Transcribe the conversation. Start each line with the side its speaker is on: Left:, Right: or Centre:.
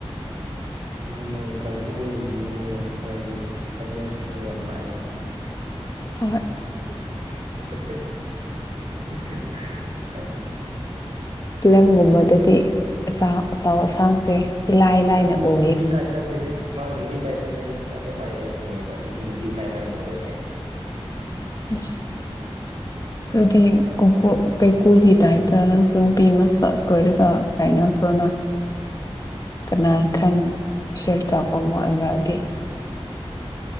Right: ꯑꯗꯨꯅꯤ ꯀꯥꯏꯀꯨ ꯑꯣꯏꯅꯤꯡꯉꯤ ꯃꯥꯗꯤ ꯑꯥꯏ ꯑꯦꯁ ꯀꯨꯝꯕ ꯌꯥꯝ ꯂꯥ ꯑꯦ
Left: ꯍꯣꯏ
Right: <unintelligible> ꯀꯥꯏꯀꯨ
Left: ꯐꯤꯂꯨꯝ
Right: ꯑꯩ ꯀꯥꯏꯀꯨ
Left: ꯒꯨꯝꯕꯗꯗꯤ ꯑꯆꯥ ꯑꯆꯥꯎ ꯑꯁꯥꯡꯁꯦ ꯏꯂꯥꯏ ꯂꯥꯏꯅ
Right: ꯅꯨꯄꯤ
Left: ꯑꫭ
Right: ꯅꯨꯄꯤ ꯀꯥꯏꯅꯕꯒꯤ ꯃꯥ ꯅꯨꯄꯤ ꯀꯥꯏꯅꯕꯩ ꯑꯗꯨꯝ ꯑꯥꯏ ꯑꯦꯁ ꯑꯣꯏꯌꯦꯕ ꯑꯩꯗꯤ ꯅꯨꯄꯤ ꯀꯥꯏꯅꯕꯔꯁꯨ ꯑꯣꯏꯗꯦ
Left: ꯑꯁ ꯑꯗꯨꯗꯤ ꯀꯨꯀꯨ ꯀꯥꯏꯀꯨꯒꯤ ꯇꯥꯏꯞ ꯇ ꯅꯪꯁꯨ ꯅꯨꯄꯤ ꯑꯃ ꯁꯠ ꯀꯣꯏꯔꯒ ꯀꯥꯏꯅꯈ꯭ꯔꯣꯅ ꯀꯅꯥ ꯈꯪ ꯑꫭꯐꯤꯁꯔ ꯑꯆꯥꯎꯕꯃ ꯑꯣꯏꯔꯛꯑꯗꯤ